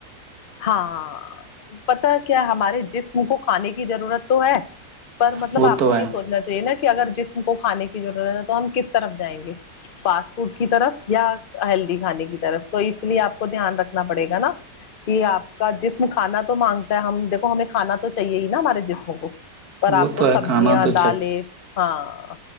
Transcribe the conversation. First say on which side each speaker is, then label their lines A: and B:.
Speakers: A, on the left; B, on the right.
A: ہاں پتا کیا ہمارے جسم کو کھانے کی ضرورت تو ہے پر مطلب
B: وہ
A: آپ
B: تو
A: کو یہ
B: ہے
A: سوچنا چاہے نا کہ اگر جسم کو کھان کی ضرورت ہے تو ہم کس طرف جائیں گے فاسٹ فوڈ کی طرف یا ہیلدی کھانے کی طرف طرف تو اس لیے آپ کو دھیان رکھنا پڑےا نا کہ آپ کا جسم کھانا تو مانگتا ہے ہم دیکھو ہمیں کھانا تو چاہیے ہمارے جسموں کو پر آپ
B: وہ
A: کو
B: تو ہے
A: سبزیاں
B: کھانا تو
A: دالیں ہاں